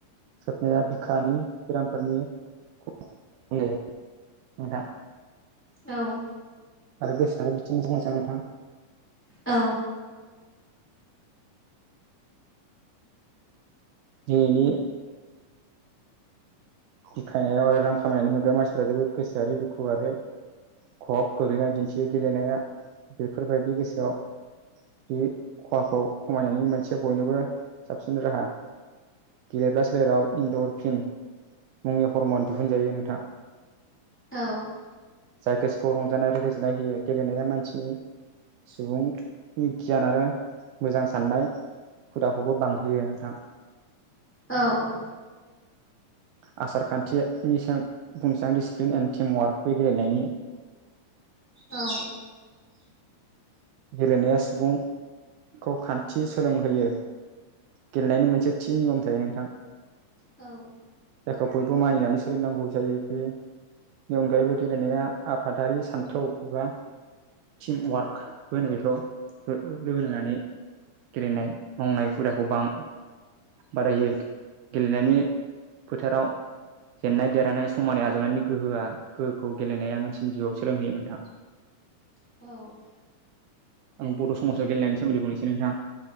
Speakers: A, on the right (about 80°); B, in the centre.
A: सारनाया बिखानि बेरामफोरनि <unintelligible> नोंथां
B: औ
A: <unintelligible>
B: औ
A: दिनिनि फथायनायाव आरो रां खामायनानै नुग्रा मानसिफ्रा जोबोद गोसोआ आरो दुखु आरो खब गोग्लैनाय दिन्थियो गेलेनाया बेफोरबायदि गोसोआव बे खहाखौ खमायनायनि मोनसे बयनोबो साबसिन राहा गेलेब्ला सोलेराव इन्दर फिन मुंनि फर्मन दिहुनजायो नोंथां
B: औ
A: जाय गोसोखौ रंजानाय आरो गोजोननाय होयो गेलेनाया मानसिनि सुबुंनि गियान आरो मोजां साननाय हुदाखौबो बांहोयो नोंथां।
B: औ
A: आसार खान्थिनि बुंसां दिडिसिप्लिन एन्ड टिम वार्क बे गेलेनायनि
B: औ
A: गेलेनाया सुबुंखौ खान्थि सोलोंहोयो। गेलेनायनि मोनसे थि नियम थायो नोंथां।
B: औ
A: जायखौ बयबो मानिनानै सोलिनांगौ जायो बे नि अनगायैबो गेलेनाया आफादारि सान्थौ एबा टिमवार्क होनो बेखौ लोगो नांनानै गेलेनाय मावनाय हुदाखौ बां बादायो गेलेनायनि फोथाराव जेननाय देरहानाय समानै आजावनायनि गोहोआ गोहोखौ गेलेनाया मानसिनि जिउआव सोलोंहोयो नोंथां।
B: औ
A: आं बड' समाजाव गेलेनायनि सोमोन्दै बुंनोसै नोंथां।